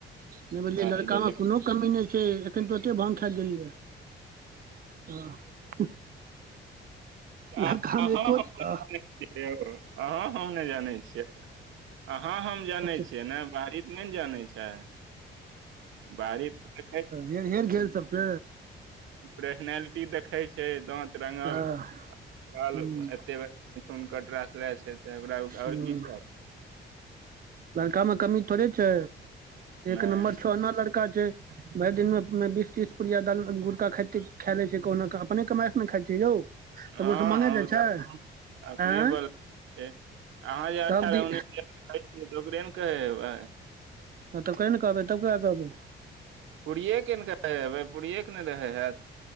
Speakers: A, on the right; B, on the right.
A: नैय बुझलियै लड़का
B: ही लेलक
A: में कोनो कमी नैय छै, एखैन तुरते भाँग खैऽ गेलै यैऽ। हां,
B: आ
A: लड़का
B: अहाँ
A: में
B: हम
A: कोन अहऽ
B: यौ अहाँ हम ने जानै छियै, अहाँ हम जानै
A: अच्छा
B: छियै ने? बाहरी त नैय न जानै छै, बारी <unintelligible>
A: ये भेल गेल सबसे?
B: पर्सनलिटी देखै छै, दाँत रंगल
A: हँ
B: बाल
A: हूँ
B: एते थुन कट राखले छै तऽ ओकरा आओर
A: हूँ
B: की चाही।
A: लड़का मे कमी थोड़े छै,
B: नहि
A: एक नम्बर सोना लड़का छै। भरि दिनमें बीस तीस- पुुरिया दाल गुड़का खाइत खा लै छै, कहुना अपने कमाई ने खाइ छै यौ।
B: हँ
A: ककरो सँ माँगे
B: -हँ
A: जाइ
B: ओ
A: छै
B: तऽ अपने
A: आँय
B: बल। छै, अहाँ जे अठारह
A: तब दी
B: उन्नैससियै तऽ ओकरे ने करेबै।
A: हँ तब कहहिे ने कहबै तब करा कहबै।
B: पूरियएके ने कहै हेबै पूड़िएके ने रहै हैत।